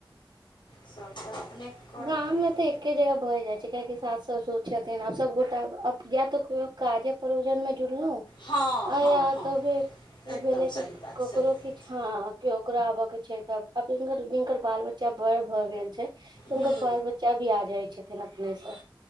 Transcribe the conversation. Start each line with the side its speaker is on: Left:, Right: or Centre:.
Left: सब तऽ अपने करऽ
Right: गाममे
Left: परत
Right: तऽ एके जगह भऽ जाइ छैय काहे की सास ससुर छैथ। तेहेन आब सबगोटा अब जेएब तऽ कहियो काजे प्रोजन में जुड़लौ।
Left: हँ
Right: आ
Left: हँ
Right: या
Left: हँ
Right: तऽ फेर
Left: एकदम
Right: ई भेले
Left: सही
Right: की
Left: बात
Right: ककरो
Left: सही बात
Right: किछ हँ केओकरो आबय के छैय तऽ आब जीनकर जीनकर बाल बच्चा बड़ भए गेल। छैय तऽ हुनका
Left: हूँ
Right: बाल बच्चा भी आ जाइ छथिन अपने सँ